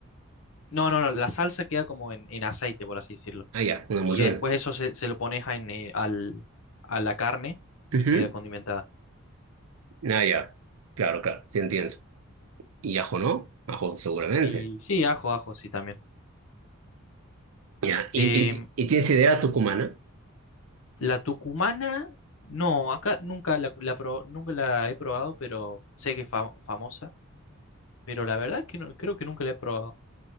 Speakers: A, on the left (about 70°); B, on the right (about 80°).
A: no, no, no, la salsa queda como en, en aceite, por así decirlo.
B: Ah, ya, una emulsión.
A: Y después eso se, se lo pones a, en, eh, al, a la carne
B: Ujú.
A: y queda condimentada.
B: Ah, ya. Claro, claro, sí entiendo. Y ajo no, ajo seguramente.
A: Y sí, ajo, ajo, sí, también.
B: Ya, y,
A: Em,
B: y, y tienes sidera tucumana.
A: la tucumana, no, acá nunca la, la pro- nunca la he probado, pero sé que es fam- famosa, pero la verdad es que no, creo que nunca la he probado.